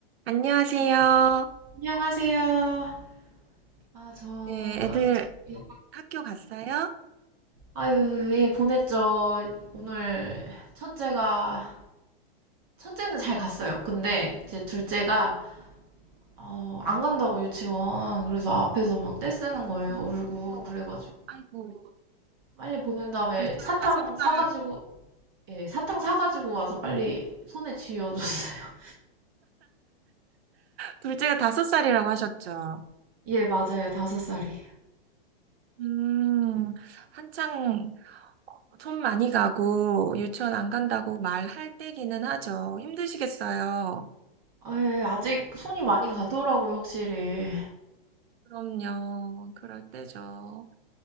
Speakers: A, on the right; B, on the right.
A: 안녕하세요.
B: 안녕- 안녕하세요. 아, 저,
A: 네, 애들
B: 예,
A: 학교 갔어요?
B: 아유, 예, 보냈죠. 오늘 첫째가, 첫째는 잘 갔어요. 근데 이제 둘째가, 어, 안 간다고 유치원. 그래서 앞에서 막 떼쓰는
A: 음,
B: 거예요. 울고.
A: 어,
B: 그래가지고.
A: 아이고,
B: 빨리 보낸 다음에
A: 둘째가
B: 사탕
A: 다섯
B: 사가지고,
A: 살,
B: 예, 사탕 사가지고 와서 빨리 손에 쥐어줬어요.
A: 둘째가 다섯 살이라고 하셨죠?
B: <laughs> 예, 맞아요. 다섯 살이.
A: 음, 한창 손 많이 가고 유치원 안 간다고 말할 때기는 하죠. 힘드시겠어요?
B: 아, 예, 아직 손이 많이 가더라고요, 확실히.
A: 그럼요. 그럴 때죠.